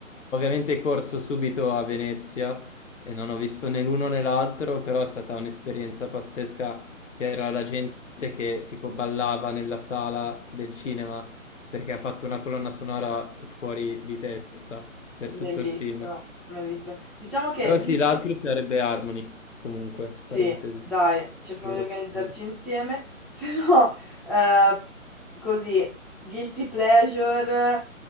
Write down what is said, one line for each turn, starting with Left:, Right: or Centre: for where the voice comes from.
Left: ovviamente corso subito a Venezia e non ho visto né l'uno né l'altro, però è stata un'esperienza pazzesca c'era la gente che tipo ballava nella sala del cinema perché ha fatto una colonna sonora fuori di testa per
Centre: Bellissimo,
Left: tutto il film.
Centre: bellissimo. Diciamo che
Left: Però sì,
Centre: Guilty,
Left: l'altro sarebbe Harmony, comunque, parentesi,
Centre: Sì, dai, cerchiamo
Left: che vorrei
Centre: di organizzarci
Left: fare.
Centre: insieme, <laughs> se no, eh, così, guilty pleasure,